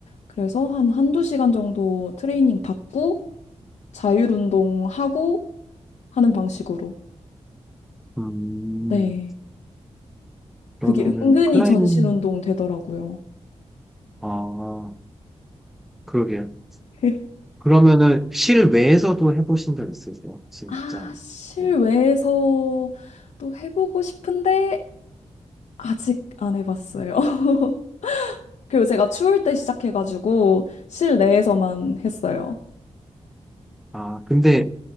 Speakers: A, on the left (about 85°); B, in the centre.
A: 그래서 한 한두 시간 정도 트레이닝 받고 자율 운동하고 하는 방식으로.
B: 음,
A: 네.
B: 그러면은
A: 그게 은근히
B: 클라이밍,
A: 전신 운동 되더라고요.
B: 아, 그러게요.
A: <laughs>
B: 그러면은 실외에서도 해보신 적 있으세요? 진짜.
A: 아, 실외에서
B: 어.
A: 또 해보고 싶은데 아직 안 해봤어요. <laughs> 그리고 제가 추울 때 시작해가지고 실내에서만 했어요.
B: 아, 근데